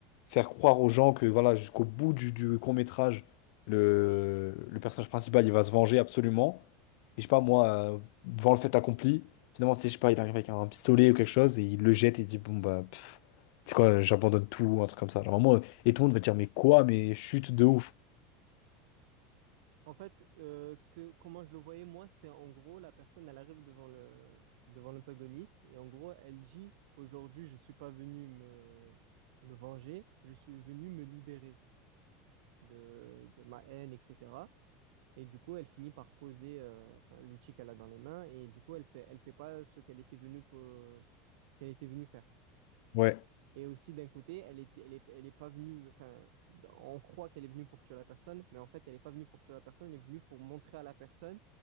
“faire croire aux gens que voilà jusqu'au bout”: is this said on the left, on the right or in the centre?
Left